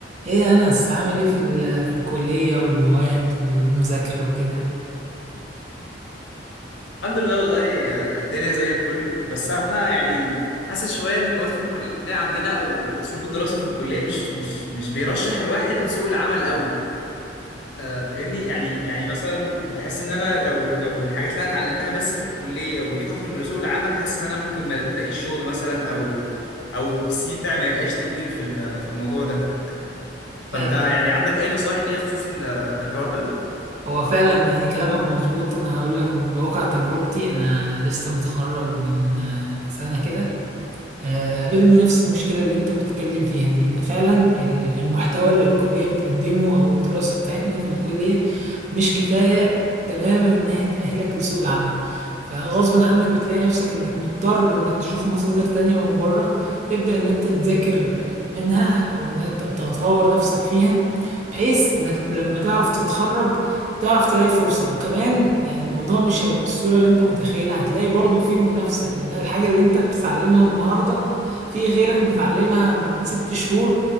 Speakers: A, on the right (about 40°); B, on the left (about 75°).
A: ايه يا انس عامل ايه في ال- في الكليه والمواد والمذاكره وكده
B: الحمد لله والله الدنيا زي الفل بس انا يعني حاسس شويه ان المواد في الكليه عندنا او اسلوب الدراسه في الكليه مش مش مش بيرشح الواحد لسوق العمل قوي آه، فاهمني يعني يعني مثلا بحس ان انا لو لو الحاجات اللي انا اتعلمتها بس في الكليه وجيت اخرج لسوق العمل حاسس ان انا ممكن ما الاقيش شغل مثلا او او السي في بتاعي ما يبقاش تقيل في ال- في الموضوع ده فانت
A: آه،
B: يعني عندك اي نصايح ليا خصوص ال- الحوار ده
A: هو فعلا يعني كلامك مظبوط انا هقول لك بواقع تجربتي انا لسه متخرج من آه، سنه كده آه، قابلني نفس المشكلة اللي انت بتتكلم فيها دي ان فعلا ال- المحتوى اللي الكلية بتقدمه او الدراسة بتاعتنا في الكلية مش كفاية تماما ان هي تأهلك لسوق العمل فغصب عنك بتلاقي نفسك انك مضطر انك تشوف مصادر تانية من بره تبدأ ان انت تذاكر منها او انك تطور نفسك فيها بحيث انك لما تعرف تتخرج تعرف تلاقي فرصة وكمان يعني الموضوع مش هيبقى بالسهولة اللي انت متخيلها هتلاقي برضو في منافسة لان الحاجة اللي انت بتتعلمها النهاردة في غيرك متعلمها من ست شهور